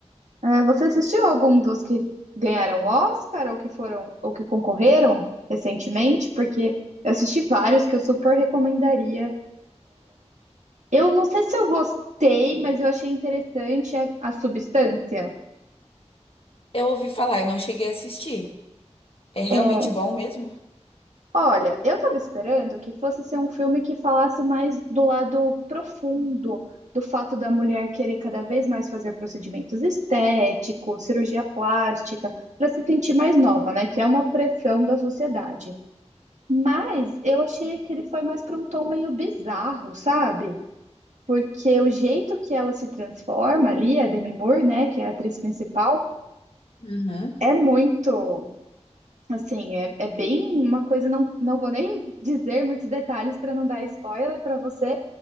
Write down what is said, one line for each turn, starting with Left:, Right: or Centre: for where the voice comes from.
Right: Ah, você assistiu algum dos que ganharam o Oscar ou que foram ou que concorreram recentemente? Porque eu assisti vários que eu super recomendaria Eu não sei se eu gostei, mas eu achei interessante a, a substância.
Left: Eu ouvi falar, eu não cheguei a assistir. É realmente
Right: É,
Left: bom mesmo?
Right: olha, eu estava esperando que fosse ser um filme que falasse mais do lado profundo do fato da mulher querer cada vez mais fazer procedimentos estéticos, cirurgia plástica, para se sentir mais nova, né? Que é uma pressão da sociedade. Mas eu achei que ele foi mais para um tom meio bizarro, sabe? Porque o jeito que ela se transforma ali, a Demi Moore, né, que é a atriz principal
Left: Uhum.
Right: É muito, assim, é, é bem uma coisa, não, não vou nem dizer muitos detalhes para não dar spoiler para você,